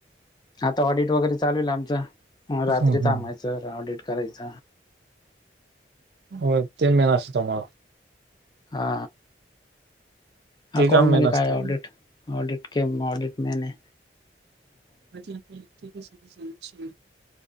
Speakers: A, on the left; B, on the right.
A: आता ऑडिट वगैरे चालू आहेल आमचं रात्री
B: हम्म
A: थांबायचं
B: हम्म
A: ऑडिट करायच
B: हो तीन महिना असत तुम्हाला
A: हा
B: ते
A: अकाउंट
B: काम मेन
A: मध्ये
B: असतंय.
A: काय ऑडिट ऑडिट के ऑडिट मने
B: बा आप इग सुधी स